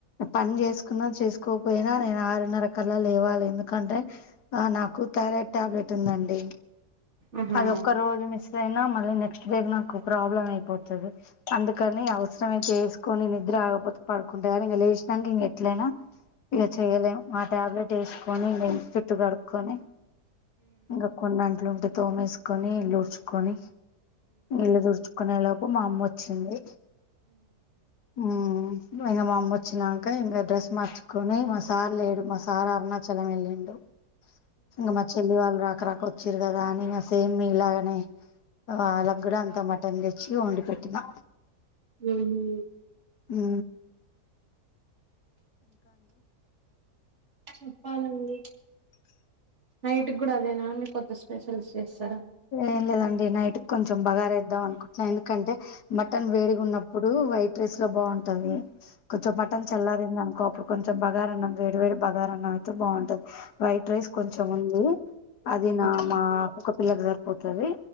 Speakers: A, on the left (about 85°); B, on the right (about 45°).
A: పని చేసుకున్నా చేసుకో పోయినా నేను ఆరున్నరకాల లేవాలి ఎందుకంటే ఆ నాకు థైరాయిడ్ టాబ్లెట్ ఉందండి
B: ఆహా
A: అది ఒక్క రోజు మిస్ అయినా మళ్ళీ నెక్స్ట్ డే నాకు ప్రాబ్లమ్ అయిపోతుంది అందుకని అవసరమయితే ఏసుకొని నిద్ర ఆకపోతే పడుకుంటారు ఇంక లేచినాక ఇంక ఎట్లయినా ఇగా చేయలేం ఆ టాబ్లెట్ వేసుకొని మేను చుట్టు కడుక్కకొని ఇంకా కొన్ని అంట్లుంటే తోమేసుకొనిల్లుడ్చుకొని ఇళ్ళ తుడుచుకునే లోపు మా అమ్మ వచ్చింది ఉ ఇకా మా అమ్మ వచ్చినాక ఇంకా డ్రెస్ మార్చుకొని మా సార్ లేడు మా సార్ అరుణాచలం వెళ్ళిండు ఇంగ మా చెల్లి వాళ్ళు రాక రాక వచ్చిరు కదా అని సేమ్ ఇలాగనే వాళ్ళకు కూడా అంత మటన్ తెచ్చి వండి పెట్టినా
B: ఉహు
A: హు
B: చెప్పాలండి నైట్ కూడా అదే నాన్ కొత్త స్పెషల్స్ చేస్తారా
A: ఏం లేదండి నైట్ కొంచెం బగారేద్దాం అనుకుంటున్నా ఎందుకంటే మటన్ వేడిగా ఉన్నప్పుడు వైట్ రైస్ లో బాగుంటది కొంచెం మటన్ చల్లారింది అనుకో అప్పుడు కొంచెం బగార అన్నం వేడి వేడి బగారా అన్నం అయితే బాగుంటది వైట్ రైస్ కొంచెం ఉంది అది నా
B: ఓకే
A: మా కుక్క పిల్లలకు సరిపోతుంది